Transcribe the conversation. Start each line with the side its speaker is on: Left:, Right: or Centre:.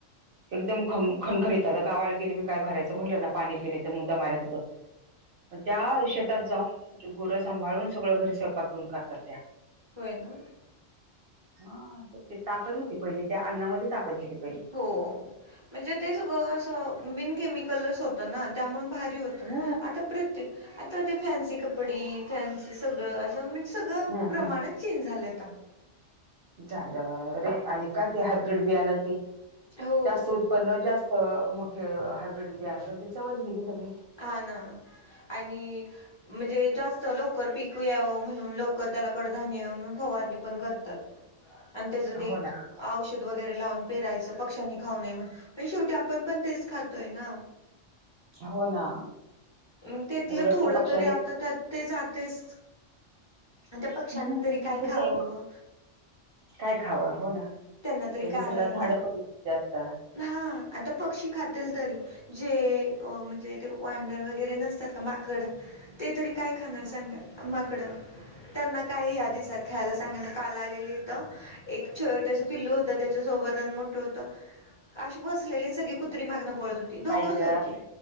Right: एकदम खम खणखाणीत आता गावाला गेले की काय भरायचं म्हटलं ना पाणी फिरी तर मुद्दा <unintelligible> होतं.
Left: <unintelligible>
Right: त्या शेतात जाऊन गोरं सांभाळून सगळं घरी स्वयंपाक यऊन करतात त्या.
Left: होय ना.
Right: हा ते ताकद होती पहिली त्या अण्णामध्ये ताकद होती पहिली.
Left: हो म्हणजे ते सगळं बिन केमिकलच होतं ना ते.
Right: हम्म
Left: आता ती फॅन्सी कपडे फॅन्सी सगळं सगळ
Right: हम्म
Left: प्रमाणात
Right: हम्म
Left: चेंज झालं आता.
Right: झालं रे आणि का ते हायब्रीड बी आण ते
Left: हो
Right: जास्त उत्पन्न जास्त मोठे हायब्र्रीड ब ना पण त्याच्यावज घेथ मही.
Left: हा ना आणि म्हणजे जास्त लवकर पीक टिकू यावं म्हणून लवकर त्याला कडधाान्य फवारणी पण करतात. आणि तेज ते
Right: हो ना
Left: औषध वगैरे लावून पेरायचं पक्ष्यांनी खाऊ नये म्हण शेवटी आपण पण तेच खातोय ना.
Right: हो ना.
Left: मग त्यातलं
Right: उलट
Left: थोडं
Right: ते पक्षाने
Left: तरी आता त्यात ते जातयच. आणि त्या पक्ष्यांनी
Right: हम्म
Left: तरी काय
Right: ते
Left: खाववं.
Right: काय खाव हो ना
Left: त्यांना तरी
Right: त्यांनी
Left: काय
Right: सगळा
Left: आहे
Right: झाडं
Left: आता
Right: पडली आता.
Left: हा आता पक्षी खातील तरी जे म्हणजे ते वानर वगैरे नसतात का माकड. ते तरी काय खाणार सांगाल माकडं त्यांना काय या दीसात <unintelligible> सांगाना काल आलेली इथ एक छोटस पिल्लू होतं त्याच्या सोबत आण मोठं होत. अशी बसलेली सगळी कुत्री मागणं पळत होती दोघंच
Right: बाई ग
Left: होती.